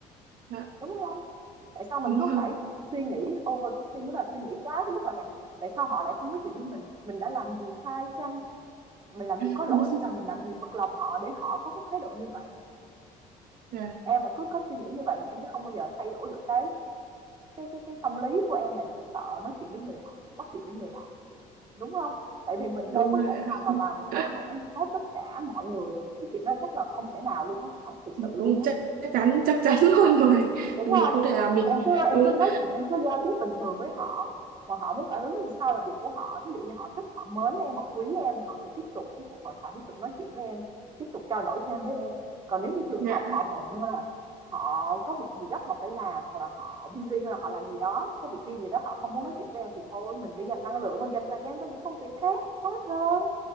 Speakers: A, on the right; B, on the right.
A: dạ
B: đúng không tại sao mình
A: đúng
B: cứ
A: rồi
B: phải suy nghĩ overthinking đó là suy nghĩ quá đến mức là tại tại sao họ lại không nói chuyện với mình mình đã làm gì sai chăng mình làm
A: <laughs>
B: gì có lỗi hay là mình làm gì phật lòng họ để họ có cái thái độ như vậy
A: dạ
B: em mà cứ có suy nghĩ như vậy thì em sẽ không bao giờ thay đổi được cái cái cái cái tâm lý của em này sẽ sợ nói chuyện với người lạ bắt chuyện với người lạ đúng không tại vì mình
A: đúng
B: đâu có
A: rồi
B: thể
A: <laughs>
B: nào mà làm thỏa
A: ạ.
B: mãn được hết tất cả mọi người được cái chuyện đó chắc là không thể nào luôn á Thảo thực sự
A: đúng
B: luôn
A: chắc
B: á
A: chắc chắn chắc chắn <laughs> luôn rồi
B: Đúng
A: mình
B: không
A: không thể làm mình
B: Em cứ em
A: đúng
B: cứ nói chuyện, em cứ giao tiếp bình thường với họ, mà họ muốn phản ứng làm sao là việc của họ. ví dụ như họ thích, họ mến em, họ quý em thì họ sẽ tiếp tục cái cuộc hội thoại, tiếp tục nói chuyện với em, tiếp tục trao đổi thêm với em. Còn nếu như trường
A: dạ
B: hợp họ bận là họ có việc gì gấp họ phải làm, hoặc là họ busy, hoặc là họ làm gì đó, có việc riêng gì đó họ không muốn nói chuyện với em thì thôi, mình để dành năng lượng, mình dành thời gian cho những công việc khác có ích hơn.